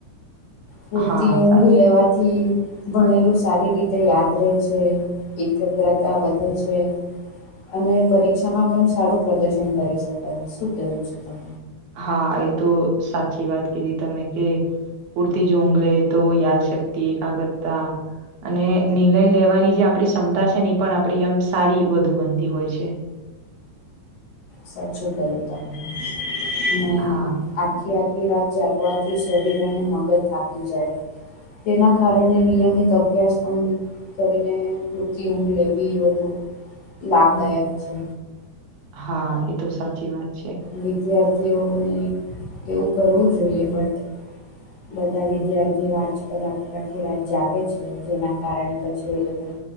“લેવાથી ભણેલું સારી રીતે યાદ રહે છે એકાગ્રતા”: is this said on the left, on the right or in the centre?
Left